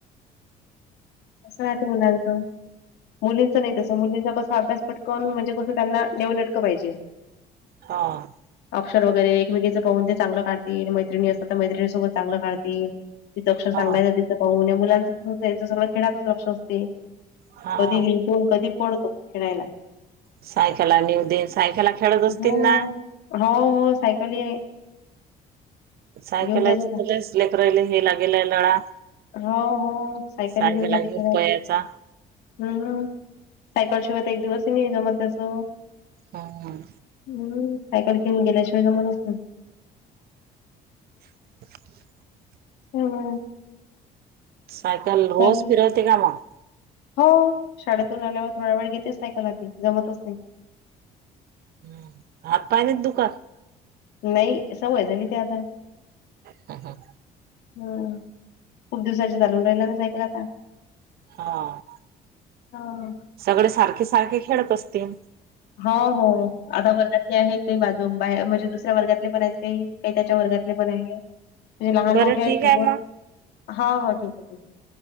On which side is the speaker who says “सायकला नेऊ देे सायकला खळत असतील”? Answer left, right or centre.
Right